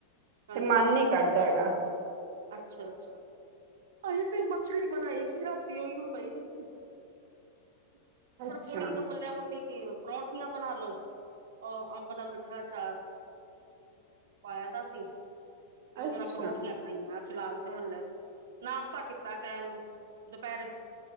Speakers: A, on the right (about 85°); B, on the right (about 55°).
A: ਹਾਂਜੀ
B: ਤੇ ਮਨ ਨੀ ਕਰਦਾ ਹੈਗਾ।
A: ਅੱਛਾ- ਅੱਛਾ ਅਸੀਂ ਤੇ ਮਛਲੀ ਬਣਾਈ ਸੀ ਰਾਤੀ ਓਹੀਓ ਪਈ ਦੀ ਸੀ। <inaudible>
B: ਅੱਛਾ
A: ਫੇਰ ਕੁੜੀ ਨੂੰ ਬੋਲਿਆ ਮੰਮੀ ਕਿ ਪਰੌਂਠੀਆਂ ਬਣਾ ਲਓ ਅ ਅੰਬ ਦਾ ਮਿੱਠਾ ਚਾਰ ਪਾਇਆ ਦਾ ਸੀ, ਤੇ ਉਹਦੇ
B: ਅੱਛਾ
A: ਨਾਲ ਪਰੌਠੀਆਂ ਖਾਈਆਂ ਫਿਲਹਾਲ ਤੇ ਹਲੇੇ, ਨਾਸ਼ਤਾ ਕੀਤਾ ਕਹਿਣ ਨੂੰ ਦੁਪਹਿਰੇ